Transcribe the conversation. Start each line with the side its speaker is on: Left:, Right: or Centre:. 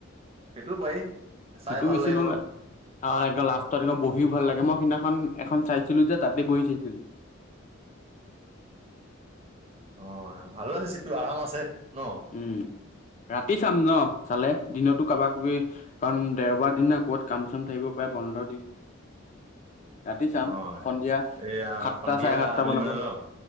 Right: সেইটো পাৰি চাই
Left: সেইটোও
Right: ভাল
Left: বেছি
Right: লাগিব
Left: নহ'লে আৰু একদম লাষ্টত একদম বহিও ভাল লাগে মই সিদিনাখন এখন চাইছিলো যে তাতে বহি চাইছিলো।
Right: অ ভালো আছে চিটো আৰাম আছে ন
Left: উম, ৰাতি চাম ন'। চালে দিনতো কাৰোবাক কবি কাৰণ দেওবাৰ দিন ন ক'ত কাম চাম থাকিব পাৰে বন্ধৰ দিন ৰাতি চাম
Right: অ
Left: সন্ধিয়া
Right: এয়া
Left: সাতটা
Right: সন্ধিয়া
Left: চাৰে সাতটা
Right: আবেলি
Left: মানৰ
Right: মানে
Left: পৰা
Right: লও